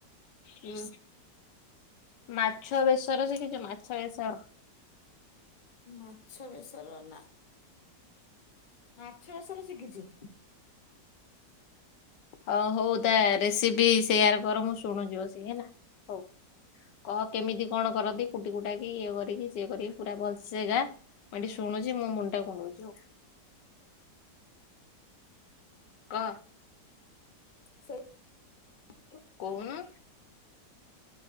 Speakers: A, on the left; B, on the left.
A: ହୁଁ। ମାଛ ବେସର ସିକିଚୁ ମାଛ ବେସର?
B: ମାଛ ବେସର ନା ମାଛ ବେସର ଶିକିଚୁ।
A: ଓ ହଉ ତା ରେସିପି ସେୟାର କର ମୁଁ ଶୁଣୁଛି ବସିକି ହେଲା। ହୋଉ। କହ କେମିତି କଣ କରନ୍ତି କୁଟି କୁଟା କି ଇଏ କରିକି ସିଏ କରିକି ପୁରା ଭଲସେଗା ମୁଁ ଏଠି ଶୁଣୁଛି ମୋ ମୁଣ୍ଡଟା କୁଣ୍ଡଉଛି ଆଉ। କ
B: ସେଇ
A: କୋଉନୁ?